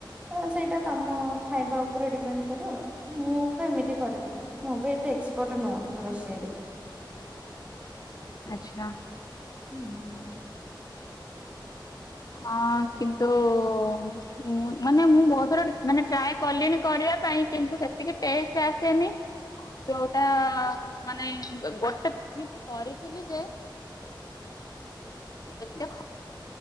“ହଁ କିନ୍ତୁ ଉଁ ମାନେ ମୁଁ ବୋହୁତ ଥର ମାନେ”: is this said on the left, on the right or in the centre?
Left